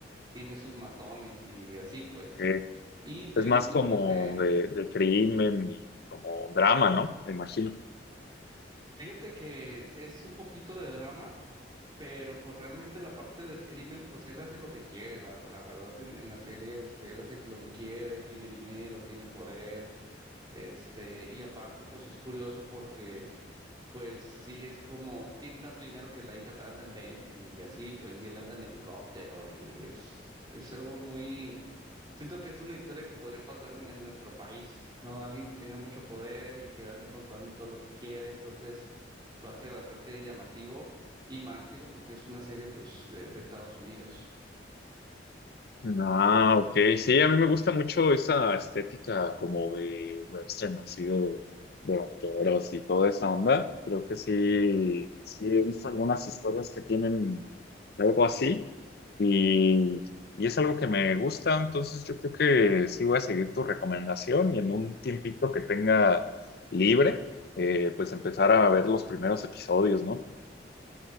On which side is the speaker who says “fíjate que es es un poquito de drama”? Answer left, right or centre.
Right